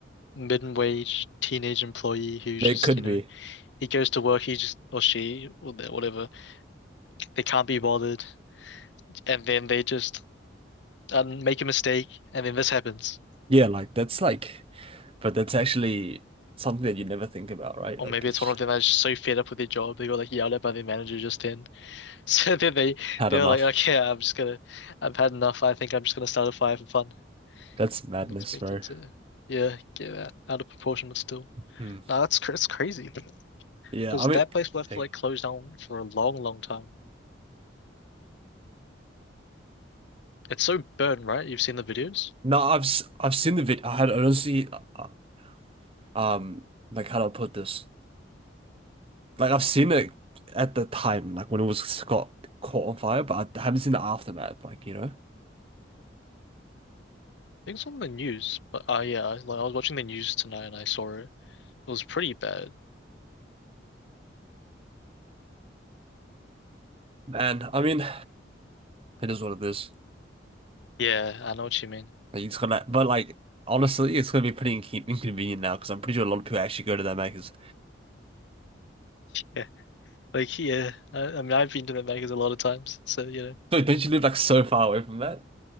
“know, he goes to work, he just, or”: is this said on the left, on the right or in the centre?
Left